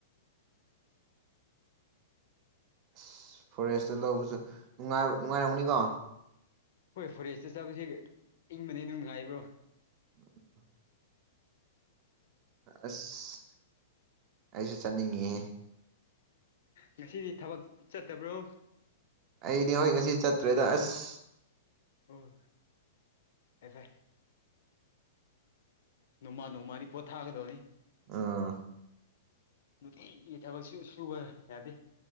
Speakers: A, on the right (about 30°); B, on the left (about 65°).
A: ꯑꯁ ꯐꯣꯔꯦꯁꯇ ꯂꯧꯕꯁꯨ ꯅꯨꯡꯉꯥꯏꯔꯝꯃꯅꯤꯀꯣ
B: ꯍꯣꯏ ꯐꯣꯔꯦꯁꯇ ꯆꯥꯁ ꯏꯪꯕꯗꯤ ꯑꯗꯨꯝ ꯅꯨꯡꯉꯥꯏꯕ꯭ꯔꯣ
A: ꯎꯝ ꯑꯁ ꯑꯩꯁꯨ ꯆꯠꯅꯤꯡꯉ
B: ꯉꯁꯤꯗꯤ ꯊꯕꯛ ꯆꯠꯇꯕ꯭ꯔꯣ
A: ꯑꯩꯗꯤ ꯍꯣꯏ ꯉꯁꯤ ꯆꯠꯇ꯭ꯔꯦꯗ ꯑꯁ
B: ꯑꯣ ꯑꯦ ꯇꯥꯏ ꯅꯣꯡꯃꯥ ꯅꯣꯡꯃꯥꯗꯤ ꯄꯣꯠꯊꯥꯒꯗꯕꯅꯤ
A: ꯑꯥ
B: ꯑꯗꯨꯗꯤꯒꯤ ꯊꯕꯛ ꯁꯨꯕ ꯌꯥꯗꯦ